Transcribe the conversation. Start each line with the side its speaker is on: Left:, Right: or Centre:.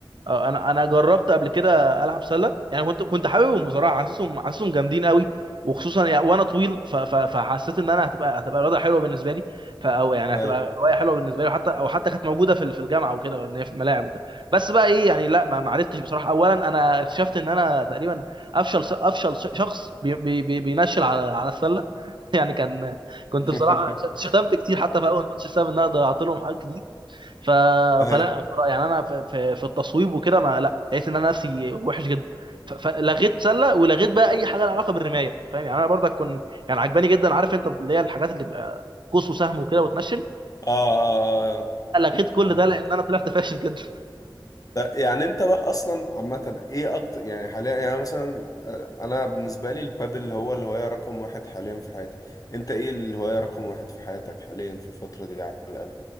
Right: اه انا انا جربت قبل كده العب سله يعني كنت كنت حاببهم بصراحه حاسسهم حاسسهم جامدين قوي وخصوصا يعني وانا طويل ف... ف... فحسيت ان انا هتبقى هتبقى رياضه حلوه بالنسبه لي ف... او يعني
Left: أيوة
Right: هتبقى هوايه حلوه بالنسبه لي وحتى او حتى كانت موجوده في ال- في الجامعه وكده ان هي في ملاعب وكده بس بقى ايه يعني لا ما ما عرفتش بصراحه اولا انا اكتشفت ان انا تقريبا افشل س- افشل س- شخص بي... بي... بي... بينشل على على السله <laughs> يعني كان كنت
Left: <laughs>
Right: بصراحه ش- شتمت كتير حتى في اول ماتش بسبب ان انا ضيعت لهم حاجات كتير ف...
Left: أيوة
Right: فلا في رأيي- يعني انا في, في في التصويب وكده ما لا لقيت ان انا نفسي وحش جدا ف- فلغيت سله ولغيت بقى اي حاجه لها علاقه بالرمايه فاهم يعني انا برضك كنت يعني عجباني جدا عارف انت اللي هي الحاجات اللي بيبقى قوس وسهم وكده وتنشل
Left: آه آه آه آه.
Right: لغيت كل
Left: فاهم
Right: ده لان انا طلعت <laughs> فاشل جدا
Left: لا، يعني أنت بقى أصلا عامة إيه أكتر يعني حاليا يعني مثلا آه، أنا بالنسبة لي البادل هو الهواية رقم واحد حاليا في حياتي أنت إيه الهواية رقم واحد في حياتك حاليا في الفترة دي على الأقل